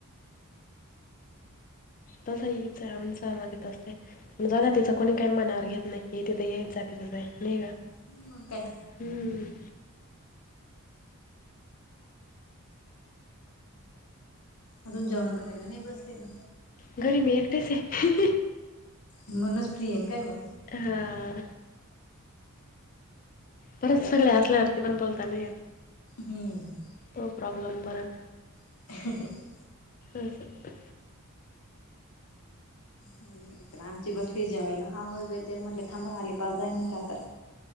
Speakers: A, on the left (about 40°); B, on the left (about 80°).
A: तसं इच आहे आमच्यामध्येध्ये तसं आहे. ण जात तिथं कोणी काही मानावर घेत नाही तिथं येत जात तिथंही नाही का.
B: हम् मग काय.
A: हम्म.
B: अजून जेवण करायला नाही बसले का.
A: घरी मी एकट्याच आहे
B: म्हणूनच फ्री आहे काय मग
A: हा. परत सगळे असल्यावररती पण बोलता नाही येत.
B: हम्म.
A: तो प्रॉब्लेम बरत.
B: <unintelligible>
A: अस सं
B: बर आमची बसली जेवायला हाव जेते म्हटले थांबा आले पाच दहा मिनिटं आता.